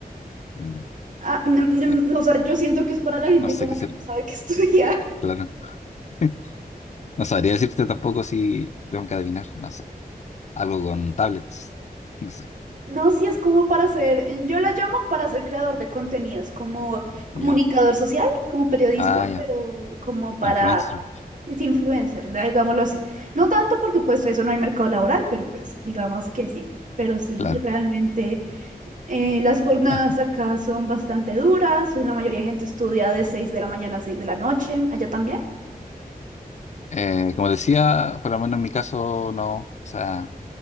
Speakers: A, on the left; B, on the right.
A: Mm,
B: Ah, mm,
A: eh,
B: mm, o sea, yo siento que es para la gente
A: no sé
B: como
A: qué ser,
B: que no sabe qué <laughs> estudiar.
A: claro. <laughs> No sabría decirte tampoco si tengo que adivinar, no sé. Algo con tablets. No sé.
B: No, sí es como para ser, yo la llamo para ser creador de contenidos, como comunicador
A: Ya.
B: social, como periodista,
A: Ah, ya.
B: pero como para,
A: Influencer.
B: es influencer, da- digámoslo así. No tanto porque pues eso no hay mercado laboral, pero pues digamos que sí. Pero sí,
A: Claro.
B: realmente eh, las jornadas
A: Ajá.
B: acá son bastante duras, y la mayoría de gente estudia de 6 de la mañana a 6 de la noche, allá también.
A: Eh, como decía, por lo menos en mi caso, no. O sea,